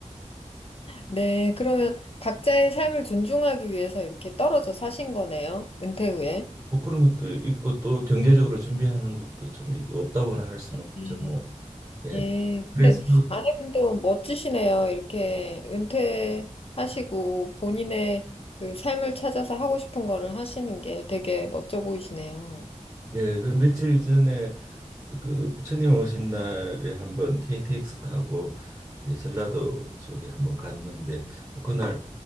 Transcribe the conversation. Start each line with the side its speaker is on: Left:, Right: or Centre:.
Left: 네, 그러면 각자의 삶을 존중하기 위해서 이렇게 떨어져 사신 거네요. 은퇴 후에.
Right: 뭐 그런 것도 있고 또 경제적으로 준비하는 것도 좀 이- 없다고나 할 수는 없죠
Left: 네.
Right: 뭐. 예.
Left: 예,
Right: 그래서
Left: 근데 아내분도 멋지시네요. 이렇게 은퇴하시고 본인의 그 삶을 찾아서 하고 싶은 거를 하시는 게 되게 멋져 보이시네요.
Right: 네, 그 며칠 전에 그 부처님 오신 날에 한번 KTX 타고 이제 전라도 쪽에 한번 갔는데 또 그날